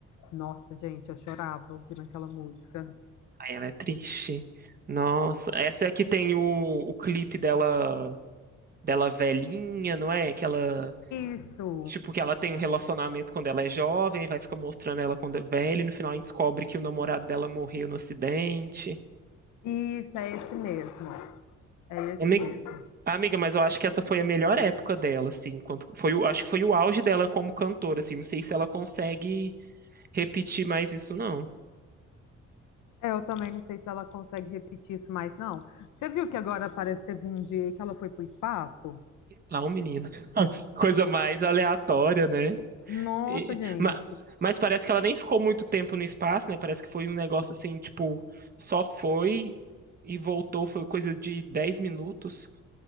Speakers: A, on the left; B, on the right.
A: Nossa, gente, eu chorava ouvindo aquela música.
B: Aí ela é triste. Nossa, essa é que tem o, o clipe dela, dela velhinha, não é? Que ela,
A: Isso!
B: tipo, que ela tem um relacionamento quando ela é jovem, vai ficar mostrando ela quando é velha, e no final a gente descobre que o namorado dela morreu no acidente.
A: Isso, é esse mesmo. É esse
B: Ami-
A: mesmo.
B: Amiga, mas eu acho que essa foi a melhor época dela, assim, enquanto foi o, acho que foi o auge dela como cantora, assim, não sei se ela consegue repetir mais isso, não.
A: É, Eu também não sei se ela consegue repetir isso mais, não. Você viu que agora parece que teve um dia aí que ela foi pro espaço?
B: Não, menina. Coisa mais aleatória, né?
A: Nossa,
B: E-
A: gente.
B: ma- mas parece que ela nem ficou muito tempo no espaço, né? Parece que foi um negócio assim, tipo, só foi e voltou, foi coisa de 10 minutos.